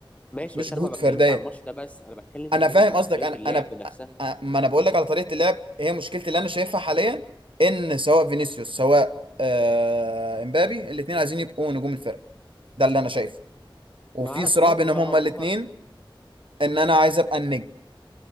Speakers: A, on the left; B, on the right.
A: ماشي
B: مش
A: بس
B: جهود
A: انا ما بتكلمش
B: فرديه
A: على الماتش ده بس انا بتكلم
B: انا
A: عموما
B: فاهم
A: على
B: قصدك
A: طريقه
B: انا
A: اللعب
B: انا
A: نفسها
B: أ- ما انا بقول لك على طريقه اللعب هي مشكلتي اللي انا شايفها حاليا ان سواء فينيسيوس سواء آه، امبابي الاثنين عايزين يبقوا نجوم الفرقه ده اللي انا شايفه وفي
A: ما اعرفش
B: صراع
A: ممكن
B: بينهم
A: بقى
B: هما
A: اه
B: الاثنين
A: هم
B: ان انا عايز ابقى النجم